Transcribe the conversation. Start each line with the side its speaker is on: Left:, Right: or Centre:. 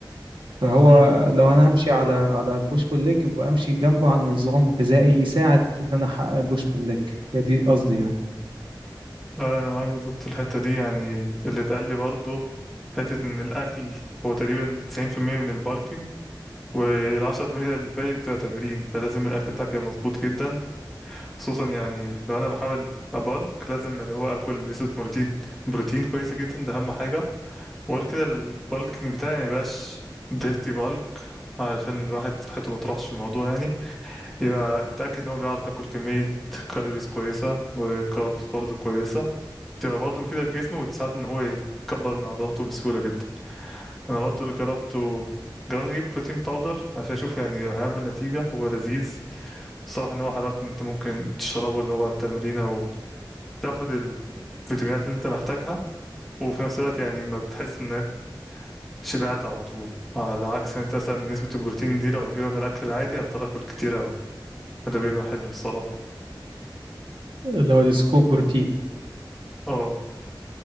Right: فهو
Centre: امم
Right: لو انا همشي على على بوش بول ليج يبقى امشي جنبه على نظام غذائي يساعد ان انا احقق البوش بول ليج هي دي قصدي يعني
Centre: انا معاك بالظبط في الحتة دي يعني اللي اتقال لي برضه حتة ان الاكل هو تقريبا 90% من البالكينج والعشرة في المية الباقي بتبقى تمرين فلازم الأكل بتاعك يبقى مظبوط جدا خصوصا يعني لو أنا بحاول أبالك لازم اللي هو آكل نسبة بروتين بروتين كويسة جدا ده أهم حاجة وغير كده البالكينج بتاعي ما يبقاش ديرتي بالك علشان الواحد صحته ما تروحش في الموضوع يعني يبقى يتأكد ان هو بيعرف ياكل كمية كالوريز كويسة وكاربس برضه كويسة تبقى برضه مفيدة لجسمه وتساعد ان هو يكبر من عضلاته بسهولة جدا انا برضه اللي جربته جربت اجيب بروتين باودر عشان اشوف يعني هيعمل نتيجة هو لذيذ الصراحة ان هو حلاوته ان انت ممكن تشربه اللي هو بعد التمرين او تاخد الفيتامينات اللي انت محتاجها وفي نفس الوقت يعني ما بتحس انك شبعت على طول على عكس انت مثلا نسبة البروتين دي لو هجيبها من الأكل العادي هضطر آكل كتير أوي فده بيبقى حلو الصراحة
Right: اللي هو السكوب بروتين
Centre: اه